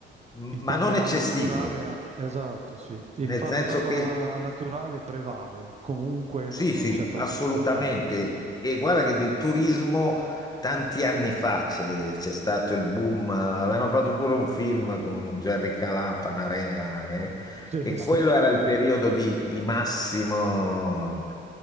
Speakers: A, on the left; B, on the right.
A: m-
B: il
A: ma
B: panorama
A: non eccessivo,
B: naturale, ha- esatto, sì, il
A: nel
B: panorama
A: senso che
B: naturale prevale, comunque
A: sì,
B: non, non
A: sì,
B: c'è troppo
A: assolutamente.
B: affollamento, sì.
A: E guarda che di turismo tanti anni fa c'è c'è stato il boom, eh, avevano fatto pure un film con Jerry Calà, Panarea, eh,
B: Sì,
A: e
B: sì.
A: quello era il periodo di, di massimo...